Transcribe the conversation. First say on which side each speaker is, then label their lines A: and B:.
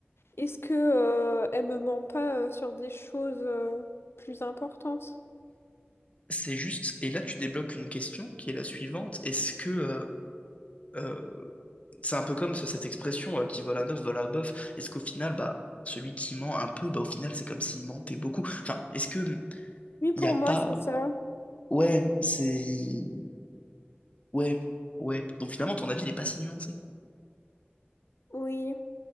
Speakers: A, on the left (about 80°); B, on the left (about 35°).
A: est-ce que euh, elle me ment pas euh, sur des choses euh, plus importantes?
B: C'est juste. Et là, tu débloques une question qui est la suivante. Est-ce que. euh, euh, c'est un peu comme ce- cette expression euh, qui vole un œuf, vole un bœuf. Est-ce qu'au final, bah, celui qui ment un peu, bah, au final, c'est comme s'il mentait beaucoup. Enfin, est-ce que. hmm,
A: Oui, pour
B: Il n'y a pas.
A: moi c'est ça.
B: Ouais, c'est. Ouais, ouais. Donc, finalement, ton avis, il n'est pas si nuancé.
A: Oui.